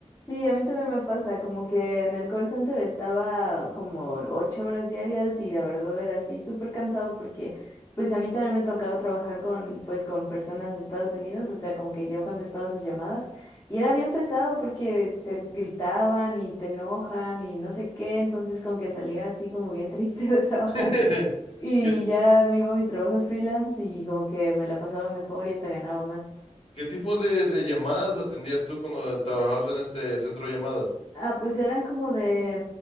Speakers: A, on the left; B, on the left.
A: Sí, a mí también me pasa, como que en el call center estaba como ocho horas diarias y la verdad era así súper cansado porque pues a mí también me tocaba trabajar con pues con personas de Estados Unidos, o sea, como que yo contestaba sus llamadas y era bien pesado porque se gritaban y te enojan y no sé qué, entonces con que salía así como bien triste <laughs> de trabajar.
B: <laughs>
A: Y
B: ¿Qué,
A: ya me iba a mis trabajos freelance y como que me la pasaba mejor y hasta ganaba más.
B: qué tipo de, de llamadas atendías tú cuando trabajabas en este centro de llamadas?
A: Ah, pues eran como de